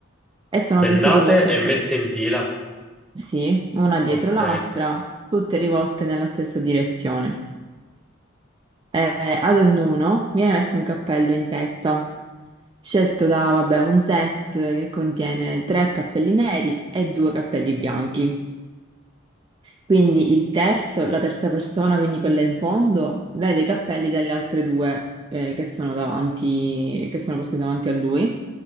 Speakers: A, on the right; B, in the centre.
A: E sono
B: Bendate
A: tutte rivolte,
B: e messe in fila.
A: sì, una dietro
B: Ok.
A: l'altra, tutte rivolte nella stessa direzione. Eh, ad ognuno viene messo un cappello in testa, scelto da, vabbè, un set che contiene tre cappelli neri e due cappelli bianchi. Quindi il terzo, la terza persona, quindi quella in fondo, vede i cappelli delle altre due, eh, che sono davanti, che sono posti davanti a lui,